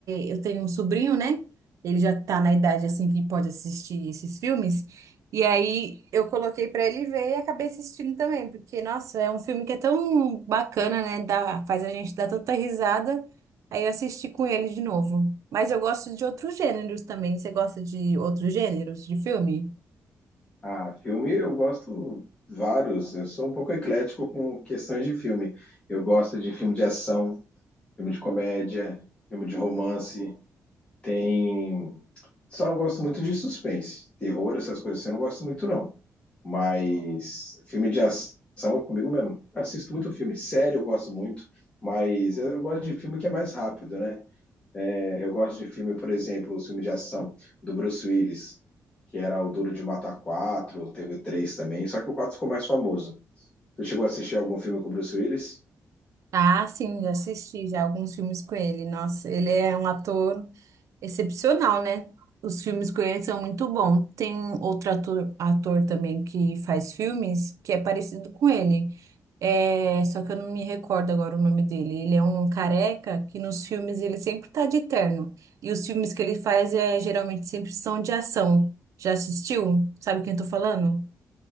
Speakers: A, on the right; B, on the left.
A: eu tenho um sobrinho, né? Ele já tá na idade assim que pode assistir esses filmes. E aí eu coloquei pra ele ver e acabei assistindo também, porque nossa, é um filme que é tão bacana, né? Dá, faz a gente dar tanta risada. Aí eu assisti com ele de novo. Mas eu gosto de outros gêneros também. Você gosta de outros gêneros de filme?
B: Ah, filme eu gosto vários. Eu sou um pouco eclético com questões de filme. Eu gosto de filme de ação, filme de comédia, filme de romance. Tem. Só não gosto muito de suspense, terror, essas coisas. assim, Eu não gosto muito, não. Mas filme de ação é comigo mesmo. Assisto muito filme. Série eu gosto muito. Mas eu gosto de filme que é mais rápido, né? Eu gosto de filme, por exemplo, o filme de ação do Bruce Willis, que era o Duro de Matar 4, teve o 3 também, só que o 4 ficou mais famoso. Tu chegou a assistir algum filme com o Bruce Willis?
A: Ah, sim, já assisti já alguns filmes com ele. Nossa, ele é um ator excepcional, né? Os filmes com ele são muito bons. Tem outro ator, ator também que faz filmes que é parecido com ele. É, só que eu não me recordo agora o nome dele. Ele é um careca que nos filmes ele sempre tá de terno. E os filmes que ele faz é, geralmente sempre são de ação. Já assistiu? Sabe quem eu tô falando?